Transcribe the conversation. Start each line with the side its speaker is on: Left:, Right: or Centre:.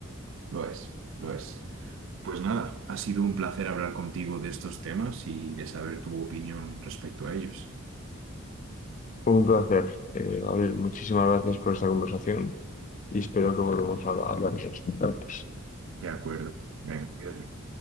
Right: lo es, lo es. Pues nada, ha sido un placer hablar contigo de estos temas y de saber tu opinión respecto a ellos.
Left: Fue un placer. Eh, Gabriel, muchísimas gracias por esta conversación y espero que volvamos a hablar. de esto.
Right: De acuerdo. Venga, cuídate.